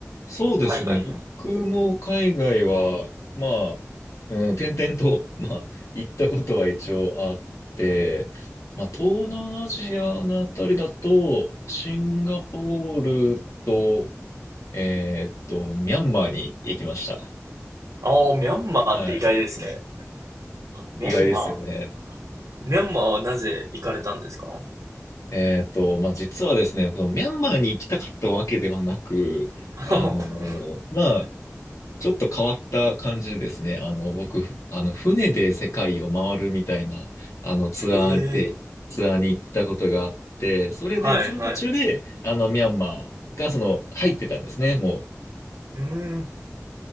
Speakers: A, on the left; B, on the right.
A: そうですね。
B: 海外。
A: 僕も海外は、まあ、うん、転々と、<laughs> まあ、行ったことは一応あって、まあ、東南アジアのあたりだと、シンガポールと、えーっと、ミャンマーに行きました。
B: ああ、ミャンマーって意外ですね。
A: はい。
B: ミャンマー。
A: 意外ですよね。
B: ミャンマーはなぜ行かれたんですか
A: えーっと、まあ、実はですね、このミャンマーに行きたかったわけではなく、
B: <laughs> は
A: あのーまあ、
B: い
A: ちょっと変わった感じですね。あの、僕、ふあの、船で世界を回るみたいな、あの、ツアーで、
B: ええ
A: ツアーに行ったことがあって、それで、
B: はいはい。
A: その途中で、あの、ミャンマーが、その、入ってたんですね、もう。
B: うーん。